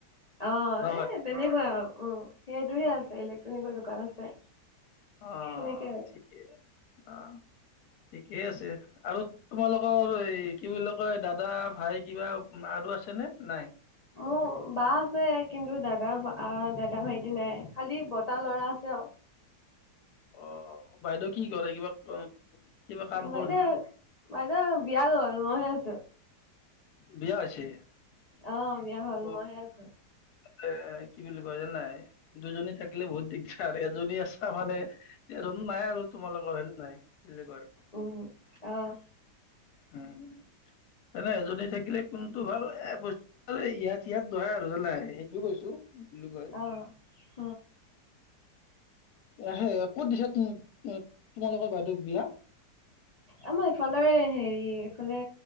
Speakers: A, on the left; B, on the left.
A: অ
B: নহয়
A: এ তেনেকুৱা আৰু উ সেইটোহে
B: অ
A: আছে ইলেক্ট্ৰনিকৰ দোকান আছে।
B: অ
A: সেনেকে আৰু।
B: ঠিকেই অ। ঠিকেই আছে আৰু তোমালোকৰ এই কি বুলি কয় দাদা ভাই কিবা আছে নে নাই
A: মোৰ বা আছে কিন্তু দাদা দা দাদা ভাইটি নাই খালি বটাৰ লৰা আছে আৰু
B: অ বাইদেউ কি কৰে কিবা কিবা কাম
A: বাইদেউ
B: কৰে নেকি
A: বাইদেউ বিয়া গ'ল মইহে আছো
B: বিয়া হৈছে
A: অ' বিয়া হ'ল
B: অ
A: মইহে ঘৰত
B: এ কি বুলি কয় জান নাই দুজনী থাকিলে বহুত দিগদাৰ এজনী আছ ভালে এজনো নাই আৰু তোমালোকৰ হয়নে নাই বুলি কয়
A: উম অ'
B: উম জানে এজনী থাকিলে কোনটো ভাল এ বস্তু ইয়াত সগয়াত ধৰে আৰু জান নাই সেইটোও কৈছো কি বুলি কয়
A: আহ হ
B: সে ক'ত দিছা তোমালোকৰ বাইদেউক বিয়া
A: আমাৰ ইফালৰে হেৰি ইফালে